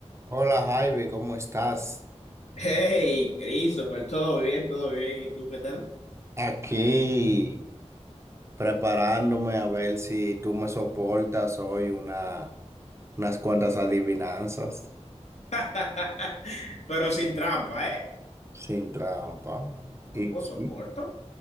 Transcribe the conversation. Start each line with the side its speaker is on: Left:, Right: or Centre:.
Right: Hola Javi, ¿cómo estás?
Left: Hey, Christopher, todo bien, todo bien. ¿Y tú qué tal?
Right: Aquí preparándome a ver si tú me soportas hoy una, unas cuantas adivinanzas
Left: <laughs> Pero sin trampa, ¿eh?
Right: sin trampa. Y
Left: No, pues
Right: sí,
Left: soporto.